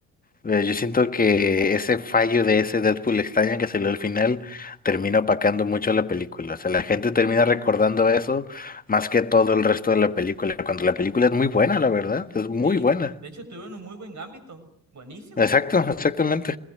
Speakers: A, on the left; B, on the right.
A: Pero yo siento que ese fallo de ese Deadpool extraño que salió al final termina opacando mucho la película. O sea, la gente termina recordando eso más que todo el resto de la película, cuando la película es muy buena, la verdad, es muy
B: ¿sí?
A: buena.
B: De hecho, tuvieron un muy buen ámbito, buenísimo.
A: Exacto, exactamente.